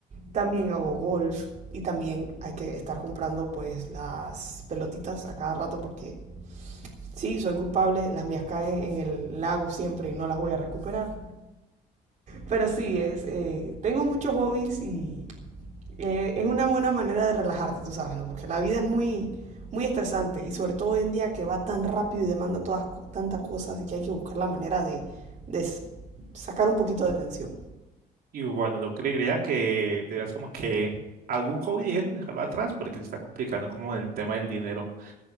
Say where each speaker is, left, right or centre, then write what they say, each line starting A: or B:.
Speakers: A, on the right; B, on the right.
A: También hago golf y también hay que estar comprando pues las pelotitas a cada rato porque sí, soy culpable, las mías caen en el lago siempre y no las voy a recuperar. Pero sí, es, eh, tengo muchos hobbies y eh, es una buena manera de relajarte, tú sabes, ¿no? Porque la vida es muy, muy estresante y sobre todo hoy en día que va tan rápido y demanda todas, tantas cosas y que hay que buscar la manera de, de sacar un poquito de tensión.
B: Y bueno, yo creería que deberás como que algún hobby de eso, dejarlo atrás porque se está complicando como el tema del dinero.